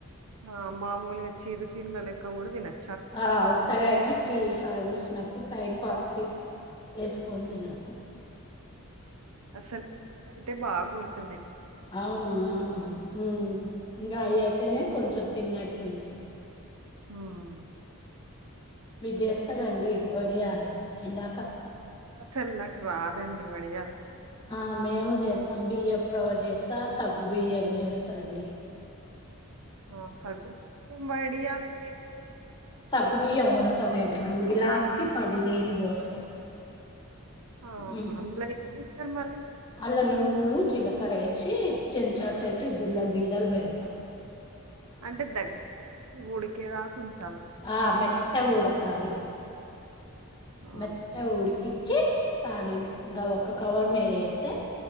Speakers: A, on the right (about 80°); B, on the left (about 20°).
A: ఆ మామూలుగా చీరు తిన్ల లేక కూడా తినవు
B: ఆ ఉత్తర అయిన టీవీ కా కూసినప్పుడు టైం పాస్ కి వ కొండనాసు
A: అసలు అయితే బాగాగుడుతు
B: అవును అవునుకాయయి అనే కొంచెం తిన్నట్టుంటయి
A: హ్మ్
B: మీరు చేస్తారంండి వడియాలి ఎండా
A: అసలు రాదండి వడియాలు
B: ఆ మేము చేసం బియ రవ చేస్తా సగ్గు బియ్యన్ని చేస్తాండి
A: ఆ సగుం భయం ట
B: సగుబీయ ఉడక వేంటడం గ్లాస్కి పదిేళ బసం
A: ఆహా
B: ఉ
A: అందులో ఏం ఏస్తారు మళ్ళీ
B: అలా నవ్వులు జీలకర్ర వేసి చిన్నంచాతో అతే బిల్లలు బిల్లలు పెడతాం
A: అంటే దగ్గరకి ఉడికేదాక్ ఉంచ్
B: ఆ మెత్త ఉడాకారు
A: ఆహా
B: మెత్త ఉడికిచ్చి తాలిమ్ ఇంగా ఒక కవర్ మీర్ ఏసే